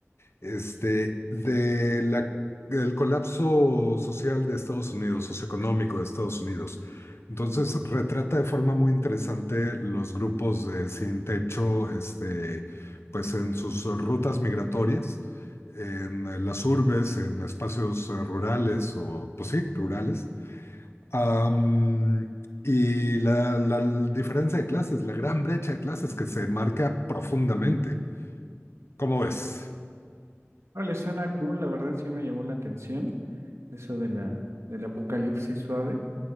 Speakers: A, on the left; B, on the right.
A: Este, de la, del colapso social de Estados Unidos, socioeconómico de Estados Unidos. Entonces, retrata de forma muy interesante los grupos de sin techo, este, pues en sus rutas migratorias, en eh, las urbes, en espacios eh, rurales, o pues sí, rurales. Am, y la, la diferencia de clases, la gran brecha de clases que se marca profundamente. ¿Cómo ves?
B: Vale, suena cool, la verdad sí me llamó la atención eso de la del apocalipsis suave.